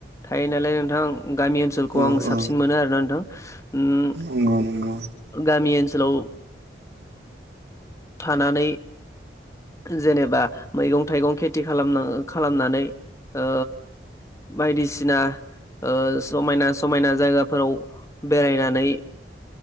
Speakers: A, on the left; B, on the right.
A: थायो नालाय नोंथां गामि ओनसोलखौ
B: औ
A: आं साबसिन
B: औ
A: मोनो आरोना नोंथां ओम
B: नंगौ नंगौ
A: गामि ओनसोलाव थानानै जेनेबा मैगं थाइगं खेथि खालाम खालामनानै ओ बायदिसिना ओ समायना समायना जायगाफोराव बेरायनानै